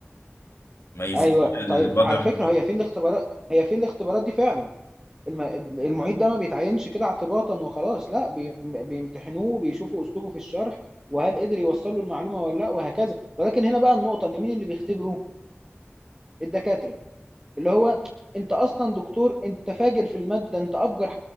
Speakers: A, on the left; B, on the right.
A: ما يسيبش
B: ايوه
A: الوضع
B: طيب على
A: من
B: فكره هي في الاختبارات هي في الاختبارات دي فعلا الم... المعيد ده ما بيتعينش كده اعتباطا وخلاص لا بي... بيمتحنوه بيشوفوا اسلوبه في الشرح وهل قدر يوصل له المعلومه ولا لا وهكذا ولكن هنا بقى النقطه ان مين اللي بيختبره الدكاتره اللي هو انت اصلا دكتور انت فاجر في الماده انت افجر